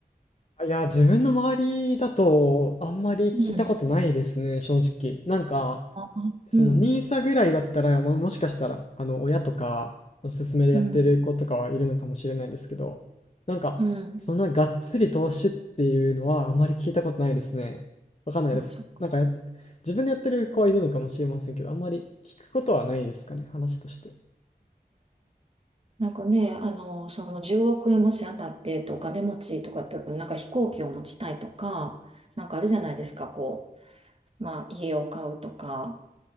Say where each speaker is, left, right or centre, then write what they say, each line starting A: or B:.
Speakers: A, on the left; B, on the right.
A: いや、自分の周りだとあんまり聞いたことないですね、
B: うん。
A: 正直。なんか、
B: あ、
A: そのニーサぐらいだったら、
B: うん。
A: ももしかしたら、あの、親とかの勧めでやってる子とかはいるのかもしれないんですけど、
B: うん。
A: なんか、
B: うん。
A: そんながっつり投資っていうのはあまり聞いたことないですね。わかんないです。
B: あ、そっか。
A: なんかや、自分でやってる子はいるのかもしれませんけど、あんまり聞くことはないですかね、話として。
B: なんかね、あの、その10億円もし当たってとお金持ちとかって、なんか飛行機を持ちたいとか、なんかあるじゃないですか、こう、まあ家を買うとか、